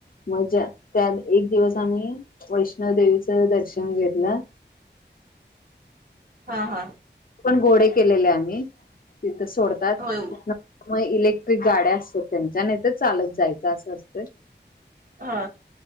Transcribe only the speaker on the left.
मजा त्यात एक दिवस आम्ही वैष्णव देेवीचं दर्शन घेतलं
पण घोडे केलेले आम्ही तिथं सोडतात
त मग इलेक्ट्रिक गाड्या असतात त्यांच्या नाही तर चालत जायचं असं असतं